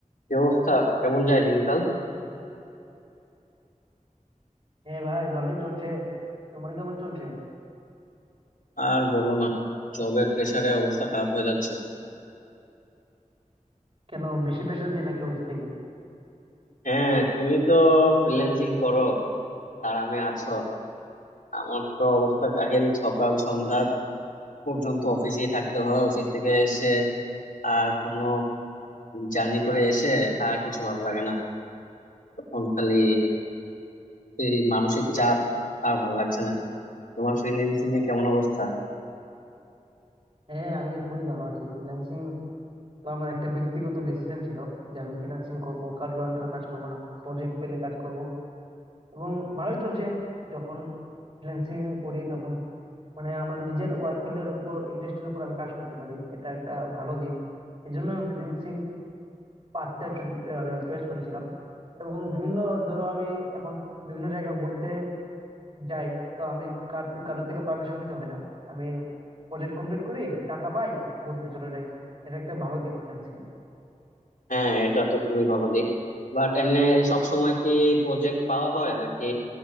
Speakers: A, on the left; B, on the right.
A: কি অবস্থা কেমন যায় দিনকাল
B: হ্যাঁ ভাই ভালোই চলছে তোমার কেমন চলছে
A: আর বলো না জবের প্রেসারে অবস্থা খারাপ হয়ে যাচ্ছে
B: কেন বেশি প্রেশার দেয় নাকি অফিস থেকে
A: হ্যাঁ তুমি তো ফ্রিল্যান্সিং করো আরামে আছো আমার তো অবস্থা কাহিল সকাল সন্ধ্যা পর্যন্ত অফিসেই থাকতে হয় অফিস থেকে এসে আর কোনো জার্নি করে এসে আর কিছু ভালো লাগে না তখন খালি এই মানসিক চাপ আর ভালো লাগছে না তোমার ফ্রিল্যান্সিং এ কেমন অবস্থা
B: হ্যাঁ আমি খুবই ভালো আছি ফ্রিল্যান্সিং তো আমার একটা ব্যক্তিগত ডিসিশন ছিল যে আমি ফ্রিল্যান্সিং করব কারোর আন্ডারে কাজ করব না প্রজেক্ট পেলে কাজ করব এবং ভালোই চলছে যখন ফ্রিল্যান্সিং করি তখন মানে আমার নিজের ওয়ার্ক ফিল্ডের উপর ইন্টারেস্টের উপর আমি কাজ করতে পারি এটা একটা ভালো দিক এই জন্য আমি ফ্রিল্যান্সিং পাঁচটা চয়েস করেছিলাম এবং বিভিন্ন ধরো আমি এখন বিভিন্ন জায়গা ঘুরতে যাই তো আমি কার কারোর থেকে পারমিশন নিতে হয় না আমি প্রজেক্ট কমপ্লিট করি টাকা পাই ঘুরতে চলে যাই এটা একটা ভালো দিক ফ্রিল্যান্সিং এর
A: হ্যাঁ এটা তো খুবই ভালো দিক বাট এমনি সব সময় কি প্রজেক্ট পাওয়া হয় নাকি